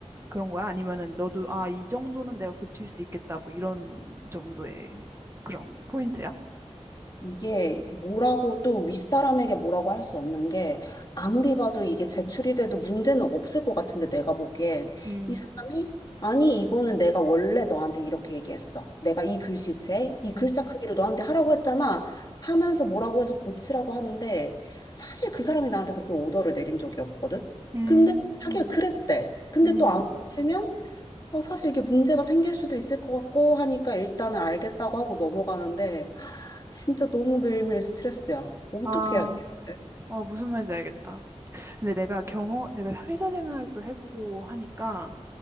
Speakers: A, on the right (about 25°); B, on the left (about 35°).
A: 그런 거야? 아니면은 너도 아 이 정도는 내가 고칠 수 있겠다 뭐 이런 정도의 그런 포인트야?
B: 이게 뭐라고 또 윗사람에게 뭐라고 할 수 없는 게 아무리 봐도 이게 제출이 돼도 문제는 없을 것 같은데 내가 보기엔
A: 음,
B: 이 사람이 아니 이거는 내가 원래 너한테 이렇게 얘기했어. 내가 이 글씨체, 이 글자
A: 음,
B: 크기로 너한테 하라고 했잖아. 하면서 뭐라고 해서 고치라고 하는데 사실 그 사람이 나한테 그렇게 오더를 내린 적이 없거든.
A: 음,
B: 근데 하기가 그랬대. 근데
A: 음.
B: 또 안 고치면 어, 사실 이게 문제가 생길 수도 있을 것 같고 하니까 일단은 알겠다고 하고 넘어가는데 하, 진짜 너무 매일매일 스트레스야. 어떻게
A: 아,
B: 해야 되 돼?
A: 어, 무슨 말인지 알겠다. 근데 내가 경험, 내가 회사 생활을 또 해보고 하니까